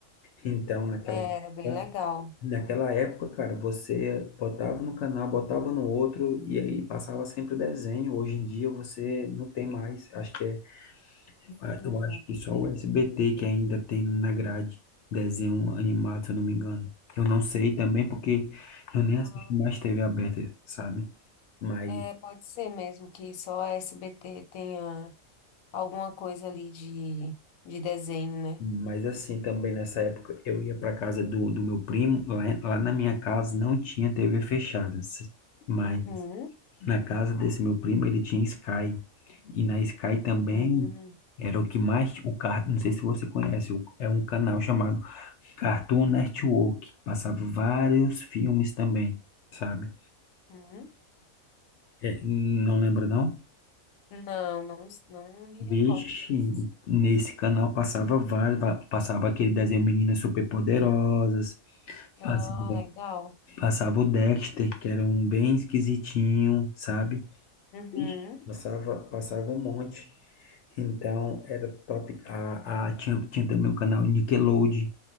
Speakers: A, on the left; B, on the left.
A: Então, naquela,
B: É,
A: época-
B: era bem legal.
A: naquela época, cara, você botava no canal, botava no outro e aí passava sempre desenho. Hoje em dia você não tem mais. Acho que é ah,
B: Não,
A: Eu acho que
B: não
A: só
B: tem.
A: o SBT que ainda tem na grade desenho animado, se eu não me engano. Eu não sei também porque eu nem
B: Ah,
A: assisto mais TV aberta, sabe? Mas,
B: é, pode ser mesmo que só a SBT tenha alguma coisa ali de, de desenho, né?
A: mas assim, também nessa época eu ia para casa do, do meu primo, lá, lá na minha casa não tinha TV fechada, se- mas
B: Uhum,
A: na casa desse meu primo ele tinha Sky. E na Sky também
B: uhum,
A: era o que mais, o, ca- não sei se você conhece, o- é um canal chamado Cartoon Network. Passava vários filmes também, sabe?
B: uhum.
A: É, não lembra, não?
B: Não, não, não me
A: Vixe,
B: recordo desse.
A: nesse canal passava vários. va- Passava aquele desenho Meninas Superpoderosas.
B: Ah,
A: Passava,
B: legal.
A: passava o Dexter, que era um bem esquisitinho, sabe?
B: Uhum.
A: Vixe, passava, passava um monte. Então, era top. A, a- tinha, tinha também o canal Nickelodeon.